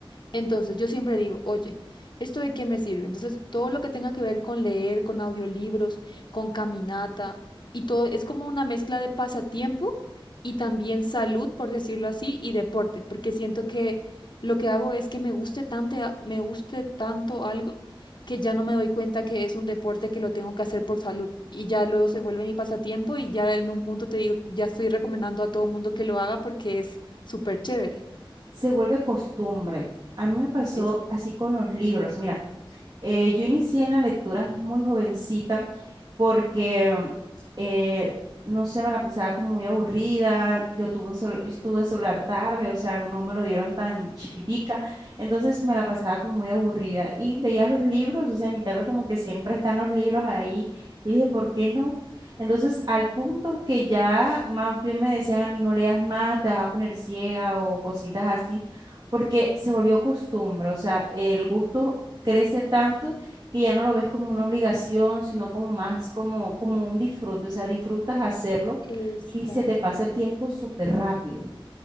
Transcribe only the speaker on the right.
Se vuelve costumbre. A mí me pasó
así con los libros. Mira, Eh, yo inicié en la lectura muy jovencita porque, eh, no sé, me la pasaba como muy aburrida. Yo tuve un celu- yo tuve celular tarde, o sea, no me lo dieron tan chiquitica. Entonces me la pasaba como muy aburrida y veía los libros, o sea, en mi casa como que siempre están los libros ahí. Y dije, ¿por qué no? Entonces, al punto que ya más bien me decían a mí, no leas más, te vas a poner ciega o cositas así porque se volvió costumbre, o sea, el gusto crece tanto que ya no lo ves como una obligación, sino como más como, como un disfrute, o sea, disfrutas hacerlo
y se te pasa el tiempo súper rápido.